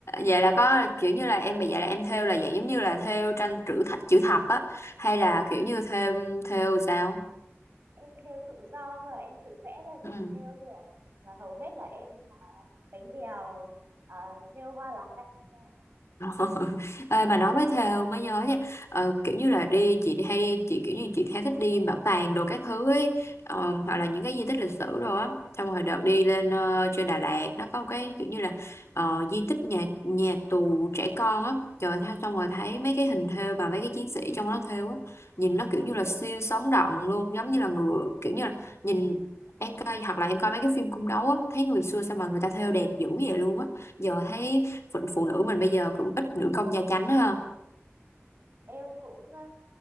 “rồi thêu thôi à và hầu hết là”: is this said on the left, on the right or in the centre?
Right